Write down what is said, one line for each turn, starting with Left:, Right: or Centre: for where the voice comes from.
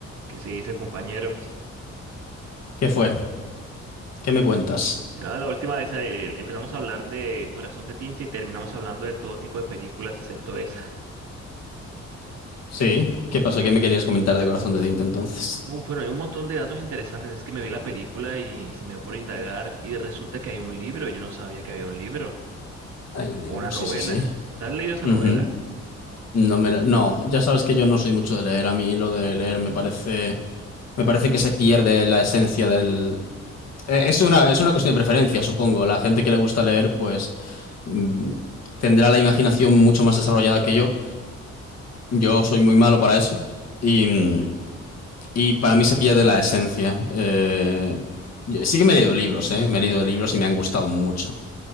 Right: ¿Qué se dice, compañero?
Left: ¿Qué fue? ¿Qué me cuentas?
Right: Ya la última vez eh, empezamos a hablar de Corazón de Tinta y terminamos hablando de todo tipo de películas excepto esa.
Left: Sí, ¿qué pasó? ¿Qué me querías comentar de Corazón de Tinta entonces?
Right: Uf, bueno, hay un montón de datos interesantes. Es que me vi la película y se me dio por indagar y resulta que hay un libro. Yo no sabía que había un libro
Left: Hay un libro,
Right: o una novela.
Left: sí, sí, sí.
Right: ¿Te has leído esa
Left: Ujú.
Right: novela?
Left: No me la- No, ya sabes que yo no soy mucho de leer. A mí lo
Right: Mm,
Left: de leer me parece, me parece que se pierde la esencia del. Eh, Es una, es una cuestión de preferencia, supongo. La gente que le gusta leer, pues mm, tendrá la imaginación mucho más desarrollada que yo. Yo soy muy malo para eso. Y, mm, y para mí se pierde la esencia. Eh, yo- Sí que me he leído libros, ¿eh? Me he leído libros y me han gustado mucho.